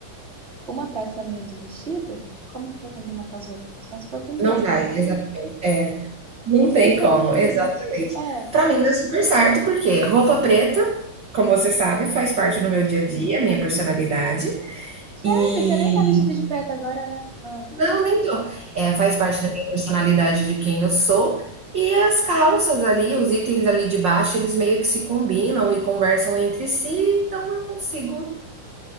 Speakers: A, on the right; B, on the right.
A: Uma peça minha do vestido, como que vai combinar com as outras? Só se for com blazer.
B: Não vai,
A: <laughs>
B: exatamente, é, não tem
A: Então,
B: como,
A: assim,
B: exatamente.
A: é.
B: para mim dá super certo, porque roupa preta, como você sabe, faz parte do meu dia a dia, minha personalidade.
A: Sério,
B: E
A: você nem tá vestido de preto agora, né? Ah,
B: não, nem tô. é faz parte da minha personalidade de quem eu sou, e as calças ali, os itens ali de baixo, eles meio que se combinam e conversam entre si, então eu consigo